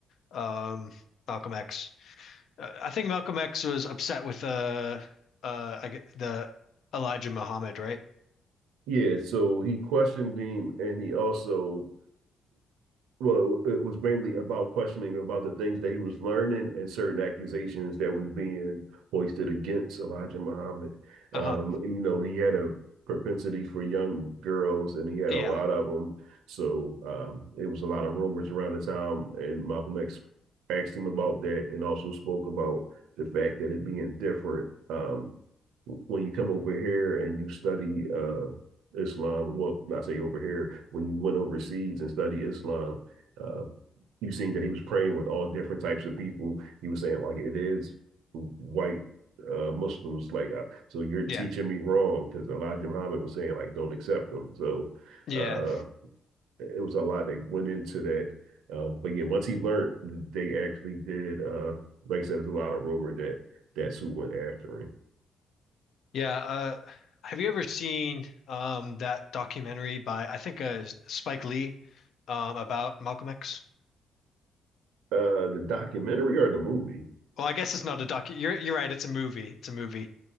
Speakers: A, on the left; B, on the right.
A: um Malcolm X. Uh, I think Malcolm X was upset with uh uh I, gue- the Elijah Muhammad, right?
B: Yeah, so he questioned him and he also well, it was mainly about questioning about the things that he was learning and certain accusations that was being hoisted against Elijah Muhammad.
A: Uh-huh.
B: Um, you know, he had a propensity for young girls, and he had
A: Yeah.
B: a lot of them. So um, it was a lot of rumors around the time, and Malcolm X asked him about that, and also spoke about the fact that it being different um, when you come over here and you study uh Islam, well, I say over here, when you went overseas and study Islam, uh, you seen that he was praying with all different types of people. He was saying like it is white uh, Muslims, like uh, so you're teaching
A: Yeah.
B: me wrong because Elijah Muhammad was saying like don't accept them. So
A: Yeah.
B: uh, it was a lot that went into that. Uh, but yeah, once he learned, they actually did. Uh, like I said, there's a lot of rumor that that's who went after him.
A: Yeah, uh have you ever seen um that documentary by I think uh Spike Lee um about Malcolm X?
B: uh the documentary or the movie.
A: Well, I guess it's not a doc. You're you're right. It's a movie. It's a movie.